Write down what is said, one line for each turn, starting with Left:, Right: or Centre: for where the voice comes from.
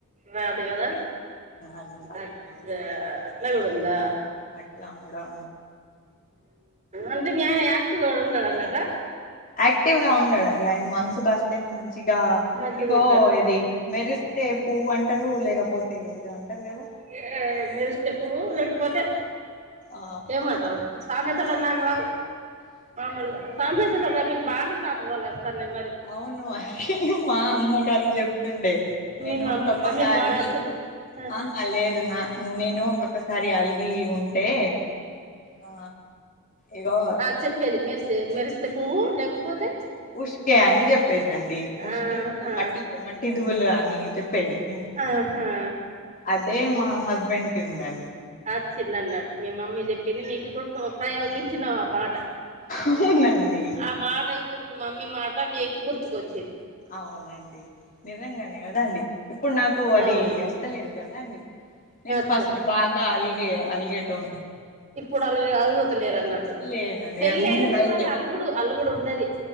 Right: రాదు కదా
Left: అదంతా
Right: అచ్చ అట్ల కూడ ఉందా
Left: అట్లా ఉండడం
Right: అంటే మీ ఆయన ఆక్టివ్గా ఉండడన్నట్టా
Left: యాక్టివ్ గా ఉండండి ఆయన మనసుకు అస్తేనే మ మంచిగా
Right: మంచిగా
Left: ఇగో
Right: ఉంటారు
Left: ఏది మెరిస్తే పువ్వు అంటారు లేకపోతే అంటారు కదా
Right: ఏ మెరిస్తే పువ్వు లేకపోతే
Left: ఆ
Right: ఏమంటరు సామెతలు నాకు రావు మామూలుగా సామెతలు రన్నింగ్ బాగానే సామెతలు వస్తానాయి
Left: అవును అ మా అమ్మగారు చెప్తుండే నేను
Right: మీ మా
Left: ఒక్కక్కసారి
Right: మమ్మీకి బాగా వస్తున్నాయి
Left: అహ లేదు నా నేను ఒక్కొక్కసారి అలిగి ఉం టె ఆ ఇగో
Right: ఆ చెప్పేది మెరిసే మెరిస్తే పువ్వు లేకపోతే
Left: ఉష్కె అని చెప్పేదండి ఉష్కెకి
Right: ఆహా
Left: మట్టి మట్టి ధూవేలు అని చెప్పేది హిందీలో
Right: ఆహా
Left: అదే మా హస్బెండ్ కి ఉందండి
Right: అచ్చిందన్నట్టు మీ మమ్మీ చెప్పింది మీకు ఇప్పుడు ఉప ఉపయోగించిన మా
Left: అవునండి
Right: ఆ మాట ఇప్పుడు మీ మమ్మీ మాట మీకు గుర్తుకొచ్చే
Left: అవునండి నిజంగానే కదాండి ఇప్పుడు నాకు అది
Right: అవును
Left: అస్తలేదు కదా అండి నేను
Right: అచ్చా
Left: ఫస్ట్ బాగా అల్గే అల్గే టో
Right: ఇప్పుడు అలు అలుగుతలేరు అన్నట్టు
Left: లేనండి
Right: పెళ్లి
Left: అన్ని
Right: అయిన
Left: లైటే
Right: తర్వాత అలుగుడు అలుగుడు ఉండది